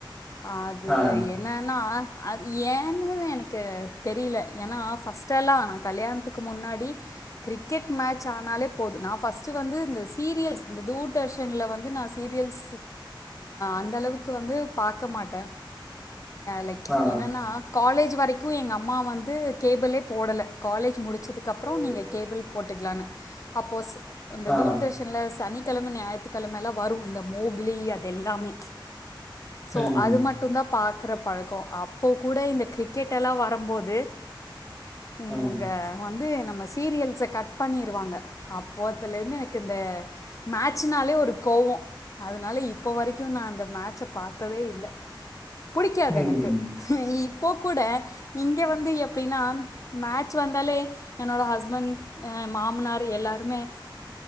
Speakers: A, on the left; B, in the centre.
A: ஆது
B: ஆ,
A: என் என்னன்னா அ அத் ஏன்னு எனக்கு தெரில ஏன்னா ஃபஸ்ட்டல்லா நா கல்யாண்த்துக் க்கு முன்னாடி கிரிக்கெட் மேட்ச் ஆனாலே போது நா ஃபர்ஸ்ட் வந்து இந்த சீரியல்ஸ் இந்த தூர்தர்ஷன்ல வந்து நா வந்து சீரியல்ஸ் அந்த அளவுக்கு வந்து பாக்க மாட்டே லைக்
B: ஆ,
A: என்னன்னா காலேஜ் வரைக்கு எங்க அம்மா வந்து கேபிளே போடல காலேஜ் முடிச்சதுக்கு அப்றோ
B: ம்.
A: நீங்கே கேபிள் போட்டுக்கலனு அப்போ இந்த
B: ஆ,
A: தூர்தர்ஷ் சனிக்கெழம ஞாயித்துக்கெழம லா வரு இந்த முகிலி அது எல்லாமே
B: ம்,
A: ஸோ அது மட்டு தா பாக்கிற பழக்கோ அப்போ கூட இந்த கிரிக்கெட் எல்லா வரும்போது நீ
B: ம்,
A: உங்க வந்து நம்ம சீரியல் கட் பண்ணிடுவாங்க அப்போதுல இருந்து எனக்கு இந்த மேட்சனாலே ஒரு கோவோ அதனாலே இப்போ வரைக்கு நா அந்த மேட்சே பாக்கவே இல்ல பிடிக்காது
B: ம்,
A: எனக்கு இப்போ கூட இங்கே வந்து எப்டினா மேட்ச் வந்தாலே என்னோட ஹஸ்பண்ட் எ மாமனார் எல்லாருமே